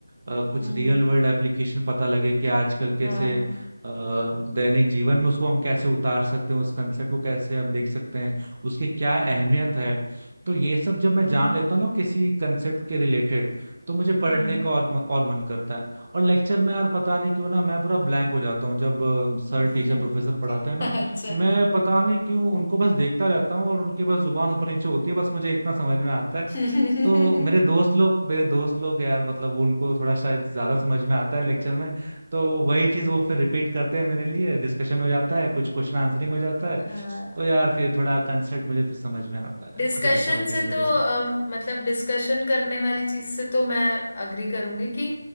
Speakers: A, on the right; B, on the left.
A: अ, कुछ
B: हम्म
A: रियल वर्ल्ड एप्लीकेशन पता लगे कि आजकल कैसे
B: हाँ
A: अ, दैनिक जीवन में उसको हम कैसे उतार सकते हैं उस कंसेप्ट को कैसे हम देख सकते हैं उसकी क्या अहमियत है तो ये सब जब मैं
B: हम्म
A: जान लेता हूँ ना किसी कंसेप्ट के रिलेटेड तो मुझे पढ़ने
B: हम्म
A: का और और मन करता है और लेक्चर में यार पता नहीं क्यों ना मैं पूरा ब्लैंक हो जाता हूँ जब अ, सर
B: हम्म।
A: टीचर प्रोफेसर पढ़ाते हैं ना
B: <laughs> अच्छा
A: मैं पता नहीं क्यों उनको बस देखता रहता हूँ और उनकी बस जुबान ऊपर नीचे होती है बस मुझे इतना समझ में आता है
B: <laughs>
A: तो मेरे दोस्त लोग मेरे दोस्त लोग यार मतलब वो उनको थोड़ा शायद ज्यादा समझ में आता है लेक्चर में तो वही चीज वो फिर रिपीट करते हैं मेरे लिए डिस्कशन हो जाता है कुछ क्वेश्चन आंसरिंग हो जाता है
B: हाँ
A: तो यार फिर थोड़ा कंसेप्ट मुझे फिर समझ में आता
B: डिस्कशन
A: है कुछ ऐसा हो गया
B: से
A: है मेरे
B: तो
A: साथ
B: अम, मतलब डिस्कशन करने वाली चीज से तो मैं अग्री करूंगी कि